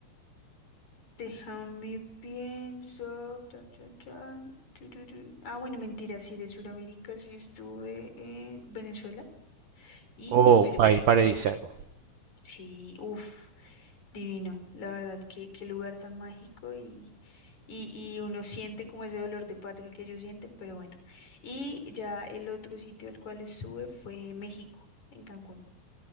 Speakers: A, on the left; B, on the right.
A: Déjame pienso. Chan, chan, chan, tururú. Ah, bueno, mentira, sí, de Sudamérica sí estuve en Venezuela y
B: o
A: Perú.
B: un país paradisíaco.
A: Sí, uff, divino. La verdad, qué, qué lugar tan mágico y, y, y uno siente como ese dolor de patria que ellos sienten, pero bueno. Y ya el otro sitio al cual estuve fue México, en Cancún.